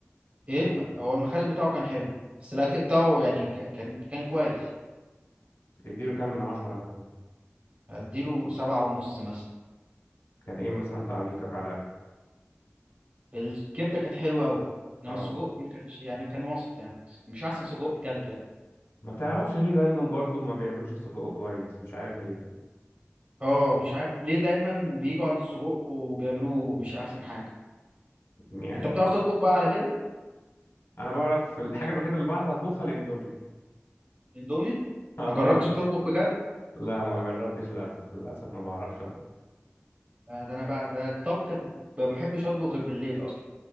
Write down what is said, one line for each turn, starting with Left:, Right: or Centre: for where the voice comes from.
Right: ايه الم- هو المخلل بتاعه كان حلو بس الاكل بتاعه يعني ك- كان كان كويس
Left: تديله كام من عشرة مثلا
Right: هديله سبعة ونص مثلا
Left: كان ايه مثلا تعليقك على الاكل
Right: الكبده كانت حلوه قوي انما
Left: اه
Right: السجق ما كانش يعني كان وسط يعني مش احسن سجق اكلته يعني
Left: ما تعرفش ليه دايما برضو ما بيعملوش السجق كويس مش عارف ليه
Right: اه مش عارف ليه دايما بيجوا عند السجق وبيعملوه مش احسن حاجه
Left: يعني
Right: انت بتعرف تطبخ بقى على كده
Left: انا بعرف الحاجة الوحيدة اللي بعرف اطبخها الاندومي
Right: اندومي
Left: <laughs> اه
Right: ما جربتش تطبخ بجد
Left: لا ما جربتش للاسف للاسف ما بعرفش أطبخ.
Right: آه، ده انا بقى ده الطبخ ب- ما بحبش اطبخ غير بالليل اصلا